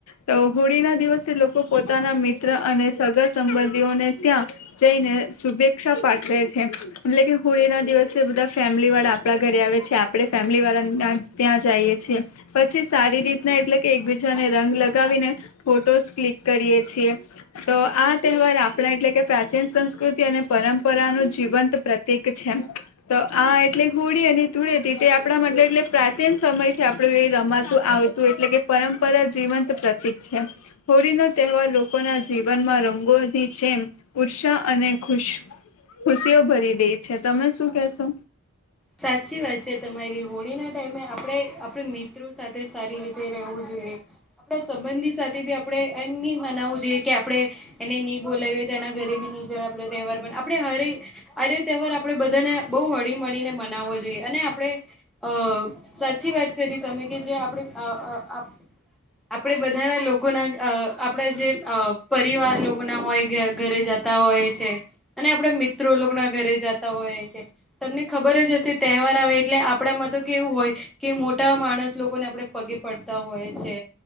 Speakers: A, on the left; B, in the centre.
A: તો હોળી ના દિવસે લોકો પોતાના મિત્ર અને સગા સંબંધીઓને ત્યાં જઈને શુભેચ્છા પાઠવે છે એટલે કે હોળી ના દિવસે બધા ફેમિલી વાળા પડા ઘરે આવે છે આપણે ફેમિલી વાળા ત્યાં જાઈએ છીએ. પછી સારી રીતના એટલે કે એકબીજાને રંગ લગાવીને ફોટોસ ક્લિક કરીએ છીએ. તો આ તહેવાર આપણે એટલે કે પ્રાચીન સંસ્કૃતિ અને પરંપરાનુ જીવંત પ્ર એક છે તો આ એટલે હોળી અને ધૂળટી તે આપણા માટે એટલે પ્રાચીન સમય થી આપડું એ રમાતું આવતું એટલે કે પરંપરા જીવંત પ્રતિક છે. હોળી નો તહેવાર લોકો ના જીવનમાં રંગોની જેમ ઉત્સાહ અને ખુશ ખુશીઓ ભરી દે છે તમે શું કેશો?
B: સાચી વાત છે તમારી હોળીના ટાઈમે આપણે આપણે મિત્રો સાથે સારી રીતે રહેવું જોઈએ. આપણા સંબંધી સાથે બી આપણે એમ નહી મનાવવું જોઈએ કે આપણે એને નહી બોલાવીએ તો એના ઘરે બી નહી જવા આપે તહેવાર પણ આપણે હરે આર્ય તહેવાર આપડે બધાને બહુ હળી મળીને મનાવવો જોઈએ અને આપણે અ સાચી વાત કરી તમે કે જે આપણે આ અ આપણેે બધાના લોકોના અ આપણા જે અ પરિવાર લોકો ના હોય ઘરે જ તા હોય છે અને આપડા મિત્રો લોકો ના ઘરે જતા હોય છે તમને ખબર જ હશે તહેવાર આવે એટલે આપણામાં તો કેવું હોય કે મોટા માણસ લોકોને આપણે પગે પડતા હોય છે.